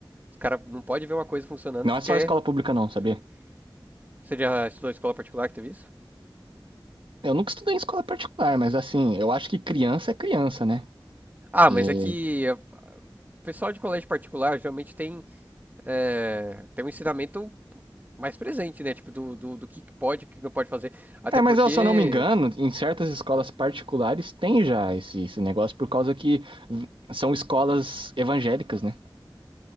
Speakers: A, on the right (about 20°); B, on the right (about 80°).
A: Os caras não podem ver uma coisa funcionando
B: Não
A: que
B: é só
A: quer
B: escola pública, não, sabia?
A: destruir. Você já estudou escola particular que teve isso?
B: Eu nunca estudei em escola particular, mas assim, eu acho que criança é criança, né?
A: Ah,
B: E-
A: mas é que eh, o pessoal de colégio particular geralmente tem, é, tem um ensinamento mais presente, né? Tipo, do, do, do que pode, o que não pode fazer. Até
B: É,
A: porque,
B: mas eu, se eu não me engano, em certas escolas particulares tem já esse, esse negócio por causa que v- são escolas evangélicas, né?